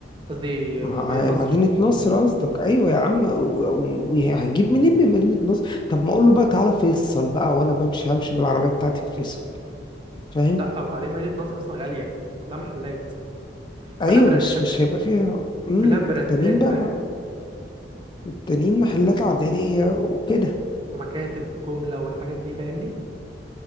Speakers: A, on the right; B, on the left.
A: قصدي
B: مع
A: مدينه نصر
B: آه، مدينة نصر قصدك أيوة يا عم و- و- وهنجيب منين من مدينة نصر طب ما أقول له بقى تعالى فيصل بقى وأنا بمشي همشي بالعربية بتاعتي في فيصل فاهم
A: لا وبعدين مدينه نصر اصلا غاليه كلها محلات كلها
B: أيوة
A: براندات
B: مش مش هيبقى فيها امم
A: كلها براندات
B: التانيين بقى
A: فاهم
B: ما... التانيين محلات عادية وكده
A: ومكاتب جمله والحاجات دي فاهمني